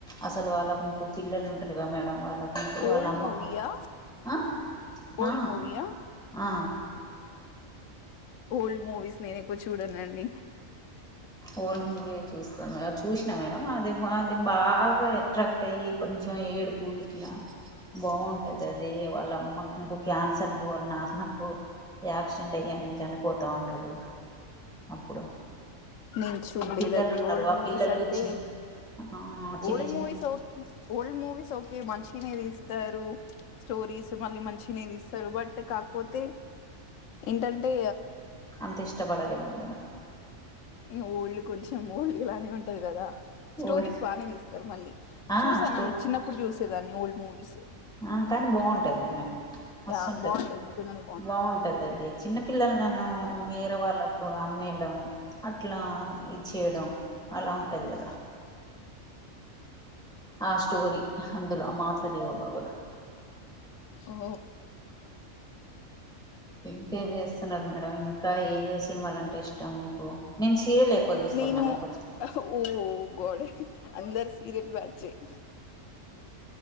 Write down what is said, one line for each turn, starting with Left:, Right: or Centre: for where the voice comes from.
Centre: అసలు వాళ్ళకు పిల్లలు ఉంటరు గ మేడం వాళ్ళకు వాళ్ళ
Left: ఓల్డ్
Centre: అమ్మకు
Left: మూవీయా
Centre: ఆ
Left: ఓల్డ్
Centre: ఆ
Left: మూవీయా
Centre: ఆ
Left: ఓల్డ్ మూవీస్ నేను ఎక్కువ చూడనండి
Centre: ఓల్డ్ మూవీ ఏ చూస్తాను గాచ్ జూసినా మేడం అది అది బాగా ఎట్రాక్ట్ ట్టయి కొంచెం ఏడుపు ఇట్లా బావుంటది అది వాళ్ళ అమ్మకు ఇంకో క్యాన్సర్ వాళ్ళ నాన్నకు యాక్సిడెంట్ అయి ఆయన చనిపోతా ఉంటా <inaudible> అప్పుడు
Left: నేను చూడలేదండి
Centre: పిల్లలు ఉన్నారు
Left: ఓల్డ్
Centre: ఆ
Left: మూవీస్
Centre: పిల్లలు
Left: అంటే
Centre: చి ఆ చిన్న
Left: ఓల్డ్
Centre: చిన్న
Left: మూవీస్ ఓక్ ఓల్డ్ మూవీస్ ఓక్ మంచినే తీస్తారు స్టోరీస్ మళ్ళీ మంచినే తీస్తారు బట్ కాకపోతే ఏంటంటే
Centre: అంత ఇష్టపడరేమో మేడం
Left: ఏ ఓల్డ్ కొంచెం ఓల్డ్ లానే ఉంటది గదా స్టోరీస్
Centre: ఓల్డ్
Left: బానే దీస్తారు మళ్ళీ
Centre: ఆ
Left: చూసానండి
Centre: స్టో
Left: చిన్నప్పుడుజూసా దాన్ని ఓల్డ్ మూవీస్
Centre: ఆ కానీ బాగుంటాయి గ నాకు మస్తుంటది
Left: యా బాగుంటది నిజంగానే
Centre: బాగుంటది అది చిన్న పిల్లల ను వేరే వాళ్లకు అమ్మేయడం అట్లా ఇచ్చేయడం అలా ఉంటది గదా ఆ స్టోరీ అందులో మాతృదేవోబవ లో
Left: ఓ
Centre: ఇంకేంజెస్ మేడం ఇంకా ఏ ఏ సినిమాలంటే ఇష్టా మీకు సీరియల్ ఎక్కువ చూస్తా
Left: నేను
Centre: మేడం కొంచెం
Left: ఊ గోడ అందరు సీరియల్ బ్యా <unintelligible>